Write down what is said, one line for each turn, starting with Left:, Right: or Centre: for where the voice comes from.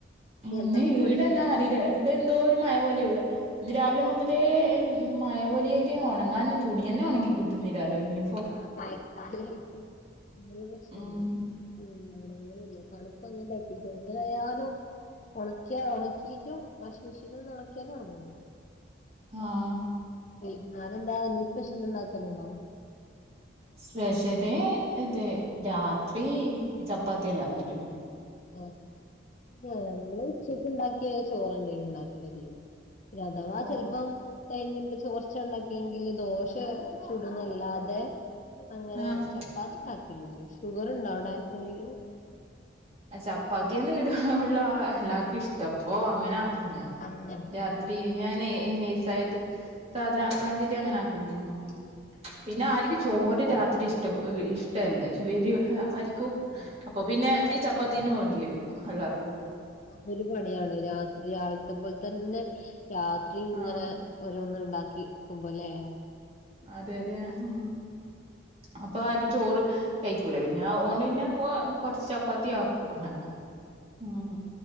Left: ജലദോഷം
Right: ഇന്ന് ഇവിടെ
Left: പിടിച്ച്ണേ
Right: എന്താന്ന് അറിയില്ല ഇവിടെ എന്തോ ഒരു മഴ പോലെയെ ഉള്ളു ഇന്ന് രാവിലെ മുതലേ മഴ പോലിയായിറ്റ് ഒണങ്ങാൻ തുണിയെന്നെ ഒണങ്ങിക്കിട്ടുന്നില്ലാലോ യൂനി
Left: ആഹ് മയക്കലായ്റ്റ് അങ്ങനൊരു പ്രശ്നണ്ട്.
Right: ഉം
Left: ഉം ഒണങ്ങ്ണില്ലെ തണുപ്പങ്ങനെ തട്ടീറ്റ് എങ്ങനായാലും ഒണക്കിയ ഒണക്കീറ്റും വാഷിംഗ് മെഷീനൊന്നും ഒണക്ക്യാലും ഒണങ്ങൂലാ.
Right: ഹാഹ്
Left: വെയ്ന്നാരെന്താ എന്തീം സ്പെഷ്യൽ ഉണ്ടാക്കല്ണ്ടോ?
Right: സ്പെഷല് ഇത് രാത്രി ചപ്പാത്തി എല്ല ആക്കല്ണ്ട്.
Left: ആഹ് ഞങ്ങള് ഉച്ചക്ക് ഉണ്ടാക്കിയ ചോറന്നേണ് ഉണ്ടാക്കല് അധികും. പിന്നെ അഥവാ
Right: ഓ
Left: ചെൽപ്പം കയ്ഞ്ഞ് പ്പ കൊർച്ചാ ഇണ്ടാക്കിയെങ്കില് ദോശെ ചുടും ന്നല്ലാതെ അങ്ങനെ
Right: ആഹ്
Left: ചപ്പാത്തി ഉണ്ടാക്കലില്ലേ ഷുഗർ ഉണ്ടോ അവിടാർക്കെങ്കിലും.
Right: ചപ്പാത്തിയാന്ന് ഈട ഉള്ള എല്ലാർക്കും ഇഷ്ടം അപ്പൊ അങ്ങനെ ആക്കുന്നിയാ.
Left: ആഹ്
Right: രാത്രി ഞാനേ നയ്സായത് സാധനം ആക്കാഞ്ചെലി അങ്ങനെ ആക്കുന്നെയാ. പിന്നെ
Left: ആഹ്
Right: ആരിക്കും ചോര് രാത്രി ഇഷ് ട്ട് ഇഷ്ടല്ല ഇവര് ആരിക്കൂ
Left: ആഹ് ആഹ്
Right: അപ്പൊ പിന്നെ
Left: ആഹ്
Right: ചപ്പാത്തിയെന്നെ വേണ്ടിയേരും എല്ലാർ
Left: അതൊരു പണിയാണ് രാത്രി രാവിൽത്ത പോലെ തന്നെ രാത്രിങ്ങനെ
Right: ആഹ്
Left: ഓരോന്ന് ഇണ്ടാക്കിക്കുമ്പല്ലേ
Right: അതെ അതെ ഹാ അപ്പൊ ആരു ചോറ് കഴിക്കൂല പിന്നെ അവോണ്ട് പിന്നെ ഒ കൊർച്ച് ചപ്പാത്തി ആക്കും അങ്ങനെ. ഉം